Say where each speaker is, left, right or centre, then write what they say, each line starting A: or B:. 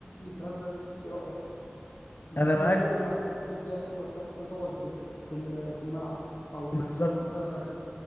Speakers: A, on the left; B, on the left.
A: والكلام ده ايه رايك بس
B: أنا
A: إن
B: معاك
A: احنا نزود عدد الناس اللي جايه تحضر ت- تقعد في ال- في الملعب او ال-
B: بالظبط
A: في المنطقه بتاعتنا